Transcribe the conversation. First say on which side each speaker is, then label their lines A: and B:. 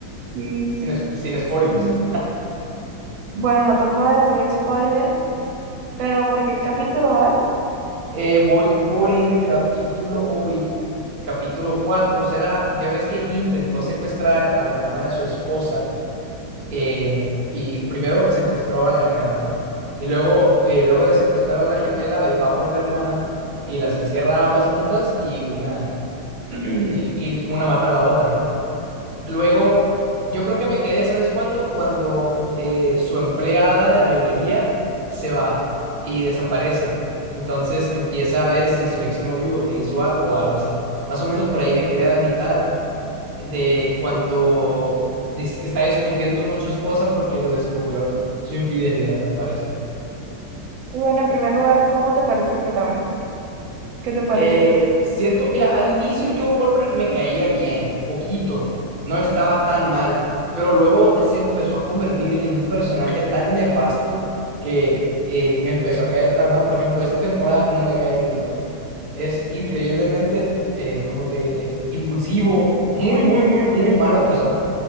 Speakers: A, on the right (about 75°); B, on the right (about 50°).
A: Sí.
B: Sin, es- sin spoilers.
A: Sí. Bueno, no te puedo decir spoiler, pero ¿por qué capítulo vas?
B: Eh, voy por el capítulo hoy. Capítulo 4 será, ya ves que intentó secuestrar a la hermana de su esposa. eh, y primero secuestró a la gemela, ¿no? Y luego, eh, luego de secuestrar a la gemela, eh, va por la hermana y las encierra a ambas juntas y una y, y una mata a la otra, ¿no? Luego, yo creo que me quedé, ¿sabes cuándo? Cuando eh, su empleada de la librería se va y desaparece. Entonces empieza a ver si su exnovio le hizo algo o algo así. Más o menos por ahí me quedé a la mitad de cuando dis- está discutiendo con su esposa porque lo descubrió su infidelidad, me parece.
A: Y bueno, en primer lugar, ¿cómo te parece el protagonista? ¿Qué te parece?
B: Eh, siento, mira, al inicio Joe Goldberg me caía bien, poquito, no estaba tan mal, pero luego se empezó a convertir en un personaje tan nefasto que eh, me empezó a caer tan mal. Por ejemplo, esta temporada no me cae bien, pues. Es increíblemente, eh, ¿cómo te diré? Impulsivo, muy, muy, muy, muy mala persona.